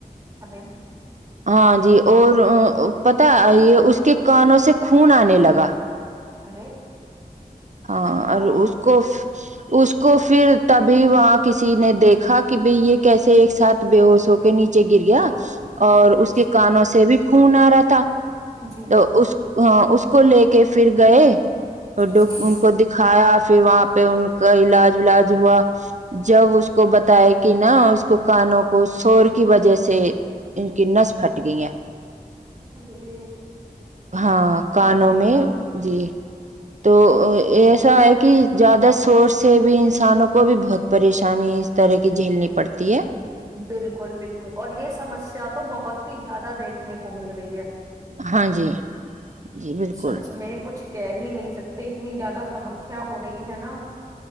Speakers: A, on the right; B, on the right.
A: ابے
B: ہاں جی اور پتا یہ اس کے کانوں سے خون آنے لگا
A: ارے
B: ہاں
A: اللہ
B: اور اس کو اس کو پھر تبھی وہاں کسی نے دیکھا کہ بائی یہ کیسے ایک ساتھ بے ہوش ہو کے نیچے گر گیا
A: جی
B: اور اس کے کانوں سے بھی خون آ رہ تھا
A: جی
B: تو اس ہاں اس کو لے کے پھر گئے
A: <inaudible>
B: اور ان کو دکھایا پھر وہاں پہ ان کا علاج ولاج ہوا جب اس کو بتایا کہ نا اس کو کانوں کو شور کی وجہ سے ان کی نس پھٹ گئی ہے
A: ارے
B: ہاں کانوں
A: اللہ تعالی
B: میں جی تو ایسا ہے کہ زیادہ سورس سے بھی انسانوں کو بھی بہت پریشانی اس طرح کی جھیلنی پڑتی ہے
A: بالکل بالکل اور یہ سمسیا تو بہت ہی زیادہ دیکھنے کو مل رہی ہے
B: ہاں جی جی بالکل
A: سچ میں کچھ کہہ ہی نہیں سکتے اتنی زیادہ سمسیا ہو رہی ہے نا